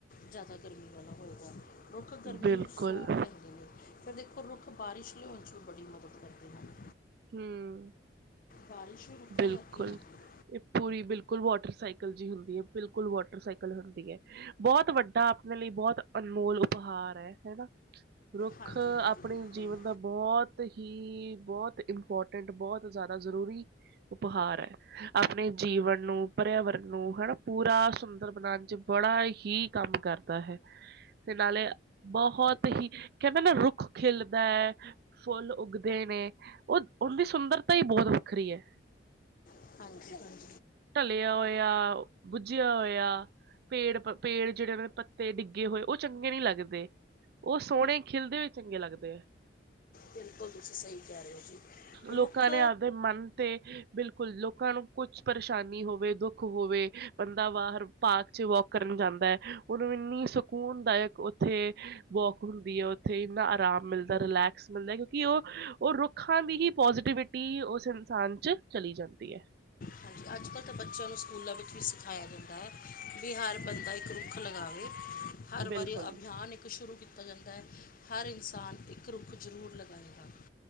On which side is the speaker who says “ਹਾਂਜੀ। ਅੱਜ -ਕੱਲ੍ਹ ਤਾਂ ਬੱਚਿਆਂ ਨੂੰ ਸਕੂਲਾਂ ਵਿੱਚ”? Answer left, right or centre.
Left